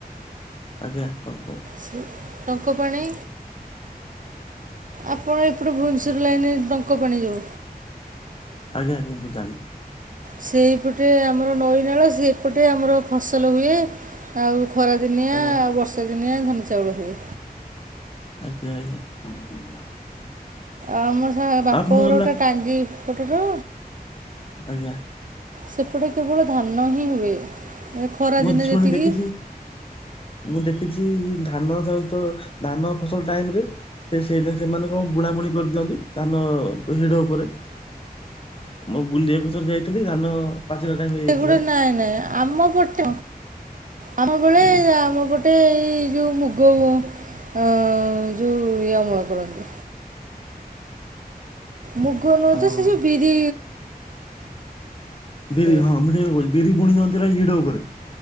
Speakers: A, on the left; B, on the right.
A: ଆଜ୍ଞା ଆପଣ କୁହ
B: ଶ୍ ଟଙ୍କପାଣି ଆପଣ ଏପଟେ ଭୋଓଶ୍ୱର ଲାଇନରେ ଟଙ୍କ ପାଣି ଜୋ
A: ଆଜ୍ଞା ଆଜ୍ଞା ମୁଁ ଜାଣିଲି।
B: ସେଇପଟେ ଆମର ନଈ, ନାଳ ସେ ଏପଟେ ଆମର ଫସଲ ହୁଏ ଆଉ ଖରା ଦିନିଆ
A: ଆଜ୍ଞା
B: ଆଉ ବର୍ଷା ଦିନିଆ ଧାନ ଚାଉଳ ହୁଏ।
A: ଆଜ୍ଞା, ଆଜ୍ଞା।
B: ଆ ମୋ ଶା ବାପ
A: ଆପ୍ ମୁଁ
B: ଘରଟା
A: ହେଲା
B: ଟାଙ୍ଗି ଏପଟକୁ
A: ଆଜ୍ଞା।
B: ସେପଟେ କେବଳ ଧାନ ହିଁ ହୁଏ। ଏ ଖରାଦିନେ
A: ମୁଁ ଛୁଣି
B: ଯେତିକି
A: ଦେଖିଛି। ମୁଁ ଦେଖିଛି ଧାନ <unintelligible> ଧାନ ଫସଲ ଟାଇମ ରେ ସେ ସେଇ ରେଞ୍ ମାନଙ୍କର ବୁଣା ବୁଣି କରିଦିଅନ୍ତି। ଧାନ ହିଡ ଉପରେ ଆମେ ବୁଲିବାକୁ ଡ ଯାଇଥିଲି ଧାନ ପାଚିଲା ଟାଇମ୍ ହେଇଯାଇଥିଲା।
B: ଏଗୁଡ଼ା ନାଇଁ ନାଇଁ ଆମ ପଟ ଆମ ବଳେ
A: ଆଜ୍ଞା
B: ଆମ ପଟ ଗୋଟେ ଏଇ ଯୋଉ ମୁଗ ଅ ଯୋଉ ଇଏ ଅମଳ କରନ୍ତି। ମୁଗ ନୁହଁ
A: ହଁ।
B: ତ ସେ ଯୋଉ ବିରି
A: ବିରି
B: ଏ
A: ହଁ, ମୁଁ ସେୟା କହୁଚି ବିରି ବୁଣି ଦିୟନ୍ତି ନା ସେ ହିଡ଼ ଉପରେ?